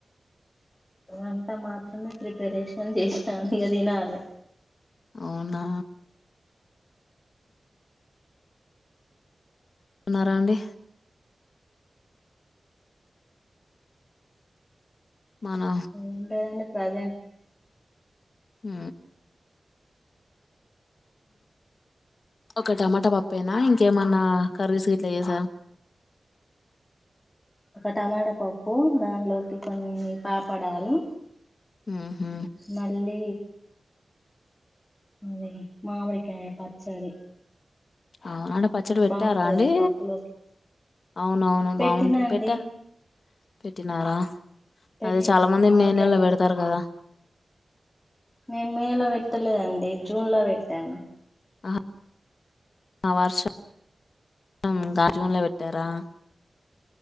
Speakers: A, on the left; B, on the left.
A: వంట మాత్రమే ప్రిపరేషన్ చేసిన ఇగ తినాలే
B: అవునా ఉన్నారా అండి మన
A: ఉంటేదండీ ప్రెసెంట్
B: ఉ ఒక టమాటా పప్పెనా ఇంకేమన్నా కర్రీసు గిట్ల చేసావ్
A: ఒక టమాటా పప్పు దానిలోకి కొన్ని పాపడాలు
B: ఉ హు
A: మళ్ళీ అదే మామిడి కాయ పచ్చడి
B: ఆడ పచ్చడి పెట్టారా
A: బాగుంటది
B: అండి
A: కదా పప్పులోకి
B: అవునవును
A: పెట్టినా
B: బాగుంటది
A: అండి
B: పెట్టా పెట్టినారా
A: పెట్టి
B: అదే చాలా మంది
A: మామిడికాయ
B: మే నెలలో
A: పచ్చడి
B: పెడతారు కదా
A: నేను మే లో పెట్టలేదండి జూన్ లో పెట్టా
B: అహ వర్షమ్ గా జూన్లో పెట్టారా